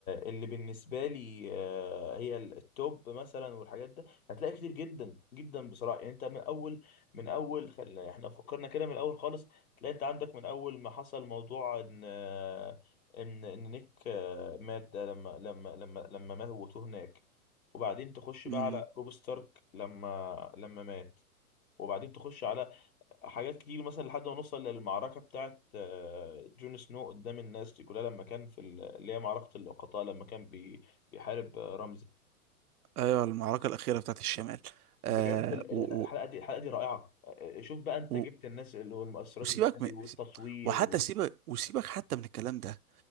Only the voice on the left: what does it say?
اللي بالنسبه لي آه، هي ال- التوب مثلا والحاجات ده هتلاقي كتير جدا جدا بصراحه يعني انت من اول من اول خل... احنا لو فكرنا كده من الاول خالص تلاقي انت عندك من اول ما حصل موضوع ان آه، ان ان نيك آه، مات ده لما لما لما لما موتوه هناك وبعدين تخش
بقى على روب ستارك لما لما مات وبعدين تخش على حاجات كتير مثلا لحد ما نوصل للمعركة بتاعت آه، جون سنو قدام الناس دي كلها لما كان في ال- اللي هي معركة اللقطاء لما كان بي- بيحارب آه، رمزي
بجد ال-
ال- الحلقة
دي الحلقة دي رائعة آه، آه، شوف بقى انت
جبت الناس اللي هو المؤثرات
ازاي
والتصوير
و...